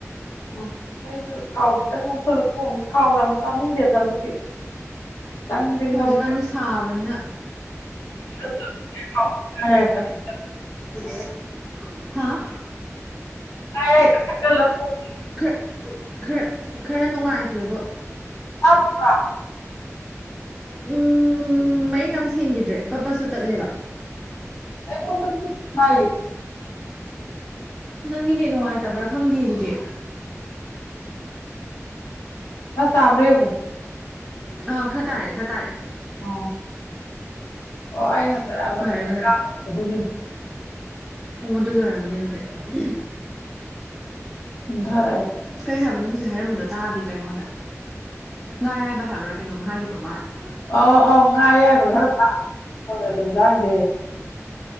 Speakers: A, on the left (about 70°); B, in the centre.
A: ꯑꯣ ꯑꯩꯁꯨ ꯊꯥꯎ ꯈꯤꯇꯪ ꯉꯧꯁꯜꯂ ꯊꯣꯡꯉꯦ ꯊꯥꯎ ꯌꯥꯝ ꯆꯥꯅꯤꯡꯗꯦꯗ ꯑꯗꯨꯒꯤ ꯈꯤꯇꯪꯗꯤ
B: ꯍꯣꯏ
A: ꯉꯧꯔꯒ
B: ꯍꯧꯖꯤꯛꯀꯥꯟꯗꯤ ꯁꯥꯕꯅꯤꯅ
A: <unintelligible>
B: <unintelligible> ꯍꯥꯥ
A: ꯉꯥ ꯑꯌꯥꯏ ꯈꯔ ꯊꯥꯛꯆꯜꯂꯣ ꯊꯣꯡ
B: ꯈ꯭ꯔ ꯈ꯭ꯔ ꯈꯔ ꯅꯨꯡꯉꯥꯏꯇ꯭ꯔꯦꯕꯣ
A: ꯑꯞꯀꯥ
B: ꯎꯝ ꯃꯌꯦꯛ ꯌꯥꯝ ꯁꯦꯡꯈꯤꯗ꯭ꯔꯦ ꯄꯠ ꯄꯠꯁꯨ ꯇꯠꯂꯦꯕ
A: ꯑꯩꯉꯣꯟꯗꯗꯤ ꯇꯥꯏꯌꯦ
B: ꯅꯪꯒꯤ ꯅꯦꯠ ꯅꯨꯡꯉꯥꯏꯇꯕ꯭ꯔꯥ ꯈꯪꯗꯤꯌꯦ ꯑꯗꯨꯗꯤ
A: ꯈꯔ ꯇꯥꯕ꯭ꯔ ꯌꯦꯡꯉꯨ
B: ꯑꯥ ꯈꯔ ꯇꯥꯔꯛꯑꯦ ꯈꯔ ꯇꯥꯔꯛꯑꯦ
A: ꯑꯣ ꯑꯣ ꯑꯩ ꯉꯁꯥꯏ ꯃꯊꯛꯇ
B: ꯐꯔꯦ ꯐꯔꯦ
A: ꯀꯥꯔꯨꯕ ꯑꯗꯨꯒꯤꯅꯤ
B: ꯑꯣ ꯑꯗꯨꯅ ꯑꯣꯏꯔꯝꯃꯅꯤ ꯑꯗꯨꯗꯤ
A: ꯀꯨꯝꯊꯔꯛꯑꯦ
B: ꯀꯩ ꯍꯥꯏꯕꯅꯣ ꯍꯧꯖꯤꯛ ꯍꯥꯏꯔꯝꯕꯗꯣ ꯇꯥꯈꯤꯗ꯭ꯔꯦ ꯑꯩꯉꯣꯟꯗ ꯉꯥ ꯑꯌꯥꯏꯕ ꯍꯥꯏꯕ꯭ꯔꯥ ꯀꯩꯅꯣꯝ ꯍꯥꯏꯒꯤꯕ ꯃꯥꯜꯂꯦ
A: ꯑꯥ ꯑꯧ ꯉꯥ ꯑꯌꯥꯏꯕ ꯈꯔ ꯊꯥꯛ <unintelligible> ꯔꯦꯕ ꯏꯟꯖꯥꯡꯁꯦ